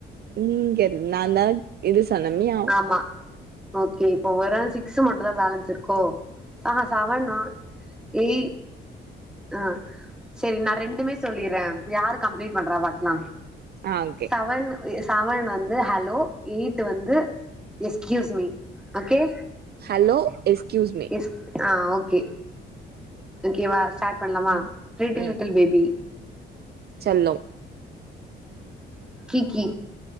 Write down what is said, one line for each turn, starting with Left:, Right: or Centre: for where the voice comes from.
Right: நீங்க நான்தா இது சொன்னே மியாவ்
Centre: ஆமா ஓகே இப்ப ஓவர் ஆல் சிக்ஸ் மட்டு தா பேலன்ஸ் இருக் கோ ஆஹா செவன் நா எயிட் ஆ சரி நா ரெண்டுமே சொல்லிறே யாரு கம்ப்ளீட் பண்றா பாக்கலா
Right: ஆ ஓகே
Centre: செவன் செவன் வந்து ஹலோ எயிட் வந்து excuse me okay
Right: hello excuse me
Centre: yes ஆ ஓகே ஓகேவா ஸ்டார்ட் பண்லாமா
Right: ம்
Centre: லிட்டில்
Right: ம்
Centre: லிட்டில் பேபி
Right: செல்லோ
Centre: கீ கீ